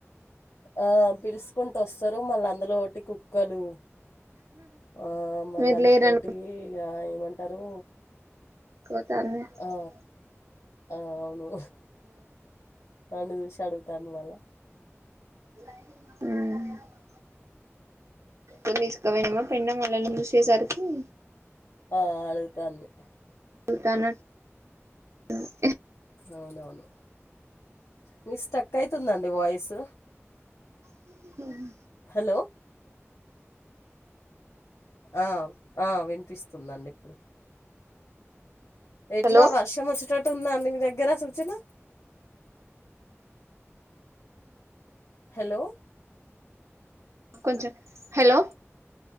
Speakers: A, on the left (about 80°); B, on the right (about 70°).
A: ఆ పిలుసుకుంట వస్తారు మళ్ళ అందులో ఒకటి కుక్కలు ఆ మళ్ళా
B: మీరు
A: అంతోటి
B: లేరనుకోని
A: ఇగ ఏమంటారు
B: కోత అే <unintelligible>
A: ఆ ఆ అవును నన్ను చూసి అడుగుతాన్ది మళ్ళా
B: ఉం కొ ఇసుకవమ్మా పెన్నమ్మాళ్ళ రషేసారికి <unintelligible>
A: ఆ అడుగుతాంది
B: సల్తన <unintelligible>
A: అవునవును మీది స్టక్ అయితుందండి వాయిస్
B: హు హమ్
A: హలో ఆ ఆ వినిపిస్తుందండి ఇప్పుడు ఎట్లా
B: హలో
A: వర్షం వచ్చేటట్టు ఉంద అండి మీ దగ్గర సూచన హలో
B: కొంచం హలో